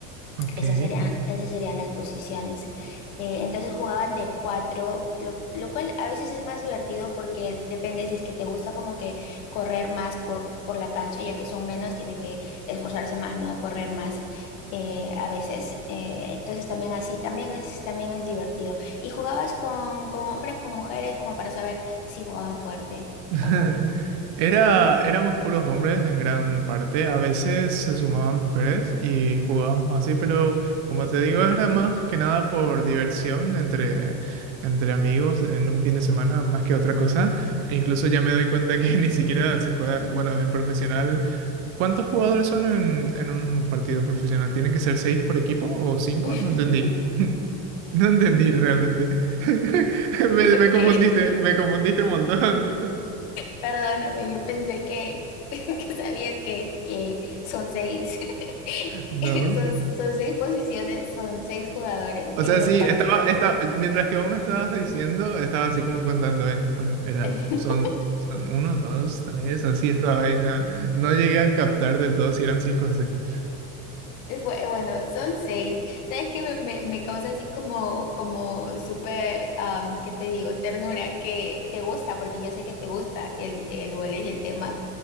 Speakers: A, on the right (about 65°); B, on the left (about 60°).
A: Ok.
B: Esas serían, esas serían las posiciones. Eh, entonces jugaban de cuatro lo, lo cual a veces es más divertido porque depende si es que te gusta como que correr más por, por la cancha, ya que son menos, tienen que esforzarse más, ¿no? Correr más. eh, a veces, Eh, entonces también así, también es, también es divertido. ¿Y jugabas con, con hombres, con mujeres, como para saber si jugaban fuerte
A: <laughs>
B: o no?
A: Era, éramos puros hombres en gran parte. A veces se sumaban mujeres y jugábamos así, pero como te digo, era más que nada por diversión entre, entre amigos en un fin de semana, más que otra cosa. Incluso ya me doy cuenta que <laughs> ni siquiera se juega, bueno, en profesional. ¿Cuántos jugadores son en, en un partido profesional? ¿Tienen que ser seis por equipo o cinco?
B: <laughs>
A: No entendí. <laughs> No entendí realmente. <laughs> Me,
B: Ok.
A: me confundiste, me confundiste un montón. <laughs>
B: Perdóname, yo pensé que, <laughs> que sabías que, que son seis. <laughs>
A: No.
B: Son, son seis posiciones, son seis jugadores
A: O
B: en
A: sea,
B: los
A: sí,
B: partidos.
A: estaba, estaba, mientras que vos me estabas diciendo, estaba así como contando, eh, bueno, era,
B: <laughs>
A: son, son uno, dos, tres, así estaba ahí, no, no llegué a captar del todo si eran cinco o seis.
B: Fue- Bueno, son seis. ¿Sabes qué me, me- me causa así como, como súper, am, ¿qué te digo? Ternura, que te gusta, porque yo sé que te gusta el, el vóley y el tema,